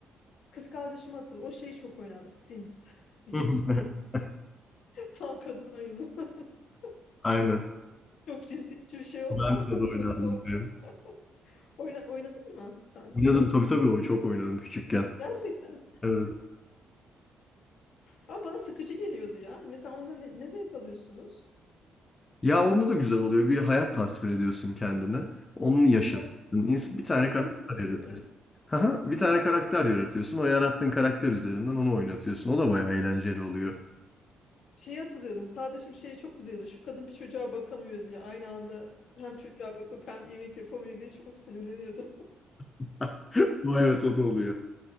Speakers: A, on the left (about 70°); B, on the left (about 25°).
A: Kız kardeşim hatırlıyorum. O şey çok oynadı. Sims. <laughs> Biliyorsun.
B: <laughs>
A: <laughs> Tam kadın oyunu. <laughs>
B: Aynen.
A: Çok cinsiyetçi bir şey oldu
B: Ben de
A: ama <laughs> yorum
B: oynardım
A: oldu
B: diyor.
A: ama. Oyna, oynadın mı sen
B: Oynadım
A: de?
B: tabii tabii o çok oynadım küçükken.
A: Gerçekten.
B: Evet.
A: Ama bana sıkıcı geliyordu ya. Hani Mesela onda ne, ne zevk alıyorsunuz?
B: Ya onda da güzel oluyor. Bir hayat tasvir ediyorsun kendine. Onu yaşatıyorsun.
A: Nasıl?
B: İns- Bir tane
A: Sınırsız
B: karakter
A: değil
B: yaratıyorsun.
A: mi?
B: Haha, Bir tane karakter yaratıyorsun. O yarattığın karakter üzerinden onu oynatıyorsun. O da bayağı eğlenceli oluyor.
A: Şeyi hatırlıyordum. Kardeşim şeye çok kızıyordu. Şu kadın bir çocuğa bakamıyor diye. Aynı anda hem çocuğa bakıp hem yemek yapamıyor diye çok sinirleniyordu.
B: <laughs> O evet o da oluyor.